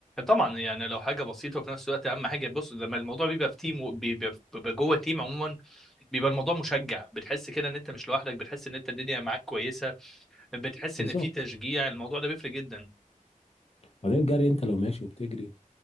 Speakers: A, in the centre; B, on the left (about 45°).
A: طبعا يعني لو حاجه بسيطه وفي نفس الوقت اهم حاجه بص لما الموضوع بيبقى في تيم وبيبقى بيبقى جوه تيم عموما بيبقى الموضوع مشجع بتحس كده ان انت مش لوحدك بتحس ان انت الدنيا معاك كويسه بتحس
B: بالظبط
A: ان في تشجيع الموضوع ده بيفرق جدا
B: بعدين الجري أنت لو ماشي وبتجري